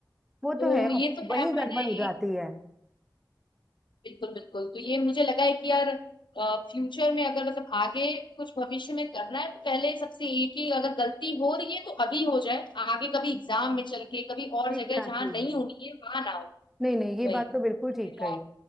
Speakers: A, in the centre; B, on the left.
A: वो
B: तो
A: तो है और
B: ये तो
A: वही
B: है मैंने
A: गड़बड़ हो जाती
B: एक
A: है
B: बिल्कुल बिल्कुल तो ये मुझे लगा है कि यार फ्यूचर में अगर मतलब आगे कुछ भविष्य में करना है तो पहले सबसे एक ही अगर गलती हो रही है तो अभी हो जाए आगे कभी एग्जाम में चल के कभी और
A: Exactly
B: जगह जहाँ
A: exactly.
B: नहीं होनी है वहां ना हो
A: नहीं नहीं ये
B: वही
A: बात तो बिल्कुल ठीक
B: मेरा-
A: कही